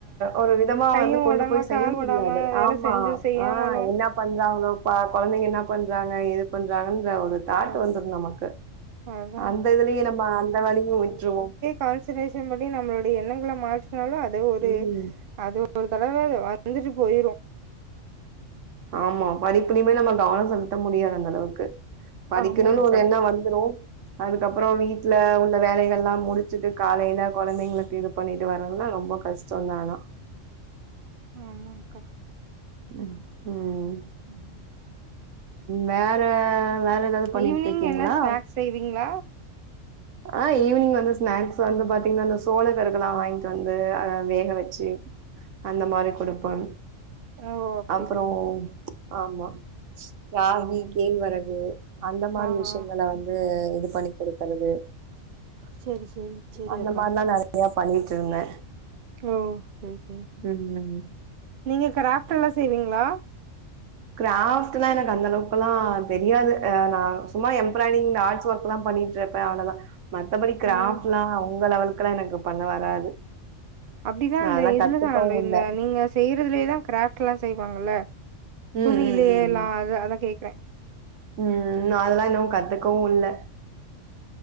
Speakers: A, on the right (about 75°); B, on the right (about 55°).
A: ஒரு விதமா
B: கையு
A: வந்து கொண்டு
B: ஓடாம
A: போய் செய்ய
B: கால்
A: முடியாது
B: ஓடாம வேல
A: ஆமா
B: செஞ்சு செய்யாமலு
A: ஆ என்ன பண்றாங்களோ ப குழந்தைங்க என்ன பண்றாங்க ஏது பண்றாங்கன்ற ஒரு தாட்டு
B: ஆ
A: வந்துரு நமக்கு
B: அதான்க்கா
A: அந்த இதுலயு நம்ம அந்த வேலையு விட்டுருவோ
B: கான்சென்ட்ரேஷன் பண்ணி நம்மளோடைய எண்ணங்கள மாத்துனாலு அது ஒரு
A: ம்
B: அது ஒரு தடவ அ வந்துட்டு போயிரு
A: ஆமா படிப்புலயுமே நம்ம கவன செலுத்த முடியாது அந்த அளவுக் கு படிக்கணும்னு
B: ஆமாங்கக்கா
A: ஒரு என்ன வந்துரு அதுக்கப்பற வீட்டுல உள்ள வேலைகள் எல்லா முடிச்சுட்டு காலையில குழந்தைங்களுக்கு இது பண்ணிட்டு வரறதுல்லா ரொம்ப கஷ்ட <unintelligible>
B: ம்ம் ஆமாக்கா
A: ம் ம்
B: ம்
A: வேற வேற ஏதாவது பண்ணிட்டு
B: ஈவினிங்
A: இருக்கீங்களா
B: என்ன ஸ்நாக்ஸ் செய்வீங்களா
A: ஆ ஈவினிங் வந்து ஸ்நாக்ஸ் வந்து பாத்தீங்கன்னா அந்த சோள கருதெல்லா வாங்கிட்டு வந்து அத வேக வச்சு அந்த மாரி கொடுப்ப
B: ஓ அப்டிங்களா
A: அப்பற ஆமா ராகி கேழ்வரகு அந்த மாதிரி
B: ஆ
A: விஷயங்கல
B: ஆ
A: வந்து இது பண்ணி கொடுக்கறது
B: சேரி சேரி சேரி
A: அந்த
B: அக்கா
A: மாரில்லா நெறையா பண்ணிட்டு இருந்த
B: ஓ சரி சரி
A: ம்
B: நீங்க கிராஃப்ட் எல்லா செய்வீங்களா
A: கிராஃப்ட் எல்லா எனக்கு அந்தளவுக்குல்லா தெரியது நா சும்மா எம்பிராய்டிங் ஆர்ட்ஸ் ஒர்க் எல்லா பண்ணி அவ்ளவுதா மத்தபடி கிராஃப்ட்ல்லா
B: ம்
A: உங்க லெவலுக்கு எல்லா எனக்கு பண்ண வராது
B: அப்டிதா
A: நா
B: அந்த
A: அதெல்லா
B: இதுலதா
A: கத்துக்கவு
B: இந்த
A: இல்ல
B: நீங்க செய்யறதுலயேதா கிராஃப்ட் எல்லா செய்வாங்கல்ல
A: ம்
B: துணியிலயே
A: ம் ம்
B: எல்லா அது அதா கேக்குற
A: ம் அதெல்லா இன்னு கத்துக்கவு இல்ல